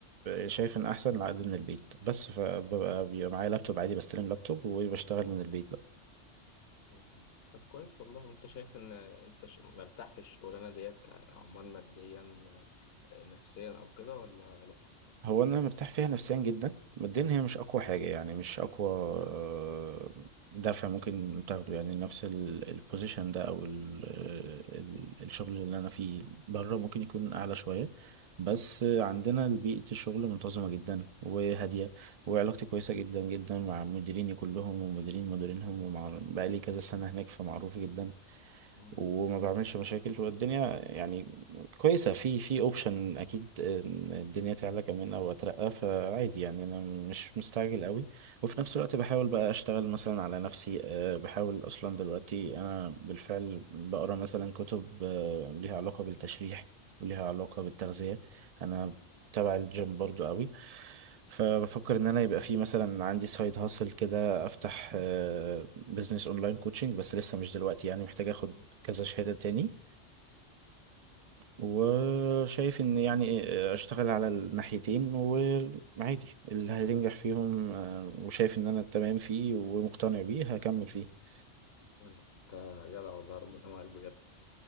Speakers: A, on the right; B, on the left.
A: شايف ان احسن العقد من البيت بس فببقى بيبقى معايا لابتوب عادي بستلم لابتوب وبشتغل من البيت
B: مم. طب كويس والله وانت شايف ان انت ش- مرتاح في الشغلانة ديت كعمال ماديا آه، نفسيا او كده ولا لا
A: هو انا مرتاح فيها نفسيا جدا ماديا هي مش اقوى حاجه يعني مش اقوى آه، دافع ممكن تاخده يعني نفس البوزيشن ده او ال آه، ال الشغل اللي انا فيه بره ممكن يكون اعلى شويه بس عندنا بيئه الشغل منتظمه جدا وهاديه وعلاقتي كويسه جدا جدا مع مديريني كلهم ومديرين مديرينهم ومع بقالي كذا سنه هناك فمعروف جدا
B: مم.
A: وما بعملش مشاكل والدنيا يعني كويسة في في اوبشن اكيد إن الدنيا تعلى كمان او اترقى فعادي يعني انا مش مستعجل قوي وفي نفس الوقت بحاول بقى اشتغل مثلا على نفسي أه، بحاول اصلا دلوقتي انا بالفعل بقرا مثلا كتب أه، ليها علاقة بالتشريح وليها علاقة بالتغذية انا تبع الجيم برضو قوي فبفكر ان انا يبقى في مثلا عندي سايد هاسل كده افتح بزنس اونلاين كوتشنج بس لسه مش دلوقتي يعني محتاج اخد
B: مم.
A: كذا شهادة تاني وشايف ان يعني اشتغل على الناحيتين وعادي اللي هينجح فيهم آه، وشايف ان انا تمام فيه ومقتنع بيه هكمل فيه
B: لا، انت جدع والله ربنا معاك بجد